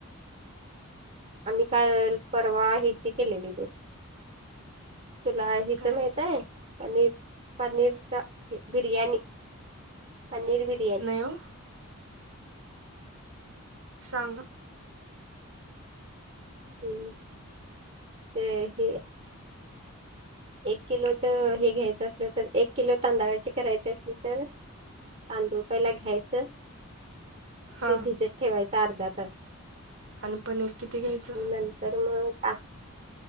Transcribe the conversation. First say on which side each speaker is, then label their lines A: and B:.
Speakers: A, on the right; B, on the right.
A: आम्ही काल परवा हेची केलेली बघ तुला हितं
B: काय
A: माहितय. पनीर पनीरचा बिर्याणी पनीर बि''--''
B: नाही ओ. सांगा.
A: ''हं ''ते हे, एक किलो त हे घ्यायचं असलं तर एक किलो तांदळाची करायची असली तर. तांदूळ पहिला घ्यायचं.
B: हा
A: ते भिजत ठेवायचं अर्धा तास.
B: आणि पनीर किती घ्यायचं.
A: नंतर मग ता.